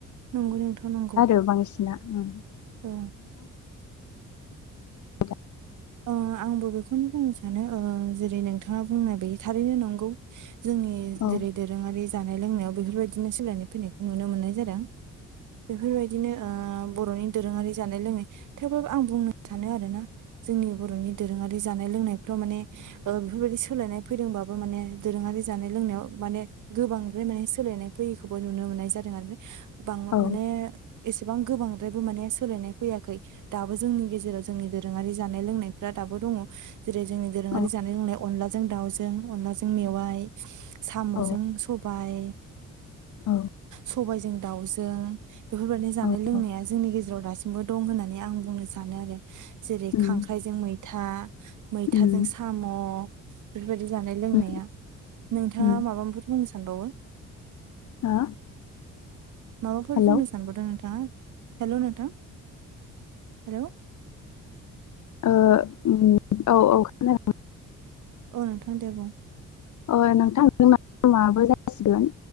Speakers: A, on the right; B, on the left.
A: नंगौ नोंथा' नंगौ
B: गोबांसिना ओम
A: औ
B: <inaudible>
A: ओ आंबो बेखौनो बुंनो सानो ओ जेरै नोंथाङा बुंनाय बे थारैनो नंगौ। जोंनि
B: औ
A: जेरै दोरोङारि जानाय लोंनायाव बेफोरबायदिनो सोलायनाय फैनायखौ नुनो मोननाय जादों। बेफोरबायदिनो ओ बर'नि दोरोङारि जानाय लोनाय थेवब्लाबो आं बुंनो सानो आरोना जोंनि बर'नि दोरोङारि जानाय-लोंनायफ्राव माने ओ बेफोरबायदि सोलायनाय फैदोंबाबो माने दोरो ङारि जानाय- लोंनायाव माने गोबांद्राय माने सोलायनाय फैयैखौबो नुनो मोननाय जादों आरोने। गोबां
B: औ
A: माने एसेबां गोबांद्रायबो माने सोलायनाय फैयाखै। दाबो जोंनि गेजेराव जोंनि दोरोङारि जानाय लोंनायफ्रा दाबो दङ। जेरै जोंनि दोरोङारि
B: औ
A: जानाय लोंनाय अनलाजों दाउजों, अनलाजों मेवाइ, साम'जों
B: औ
A: सब बाय,
B: औ
A: सबायजों दाउजों बेफोरबायदि जानाय-लोंनाया
B: औ औ
A: जोंनि गेजेराव दासिमबो दं होननानै आं बुंनो सानो आरो। जेरै
B: उम
A: खांख्राइजों मैथा, मैथाजों
B: उम
A: साम', बेबादि जानाय-लोंनाया
B: उम
A: नोंथाङा
B: उम
A: माबाफोर बुंनो सानबावो?
B: हा
A: माबाफोर
B: हेलौ
A: बुंनो सानबावदों नोंथाङा? हेलौ नोंथां हेलौ
B: ओ ओम औ औ खोना
A: औ नोंथां दे बुं
B: अ नोंथां जोंना टाइमाबो जासिगोन